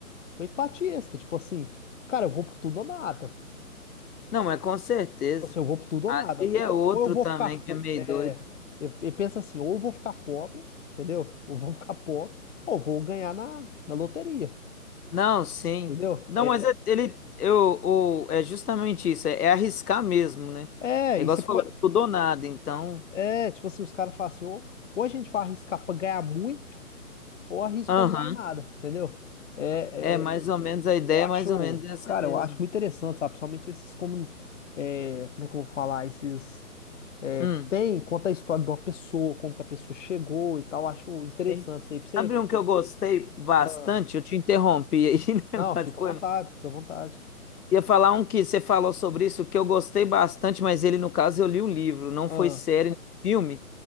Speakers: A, on the left (about 55°); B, on the left (about 80°).
A: o Epatiesta. Tipo assim, cara, eu vou pro tudo ou nada.
B: Não, mas com certeza.
A: Tipo assim, eu vou pro tudo
B: Ali
A: ou nada. Ou,
B: é outro
A: ou eu vou
B: também
A: ficar.
B: que
A: po-
B: é meio
A: É,
B: doido.
A: eu, eu penso assim, ou eu vou ficar pobre, entendeu? Ou vou ficar pobre, ou vou ganhar na, na loteria,
B: Não, sim.
A: entendeu?
B: Não,
A: É,
B: mas é- ele, eu, o, é justamente isso, é, é arriscar mesmo, né?
A: é,
B: É
A: e
B: igual
A: você
B: você
A: pode.
B: falou, tudo ou nada, então.
A: É, tipo assim, os caras falam assim, ou, ou a gente vai arriscar pra ganhar muito. ou arrisco
B: Aham.
A: pra não ganhar nada, entendeu? É,
B: É mais
A: é,
B: ou menos a ideia,
A: eu acho,
B: é mais ou menos essa
A: cara,
B: mesmo.
A: eu acho muito interessante, sabe? Principalmente esses como, é, como é que eu vou falar? Esses é,
B: Hum,
A: que tem, conta a história de uma pessoa, como que a pessoa chegou e tal. Eu acho interessante
B: sim.
A: isso aí pra você.
B: Sabe um que eu gostei bastante?
A: Ah,
B: Eu te interrompi aí, <laughs> né?
A: não,
B: Mas
A: fica
B: foi
A: à vontade, fica à vontade.
B: Ia falar um que você falou sobre isso, que eu gostei bastante, mas ele, no caso, eu li um livro, não
A: Ah,
B: foi série nem filme.